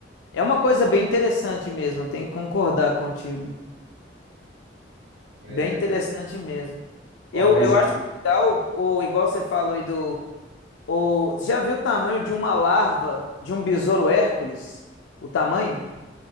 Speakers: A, on the left; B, on the right.
A: é uma coisa bem interessante mesmo, eu tenho que concordar contigo.
B: É.
A: Bem interessante mesmo.
B: Ó,
A: Eu,
B: mas
A: eu acho legal, ou igual você falou aí do. O, você já viu o tamanho de uma larva de um besouro Hércules? O tamanho?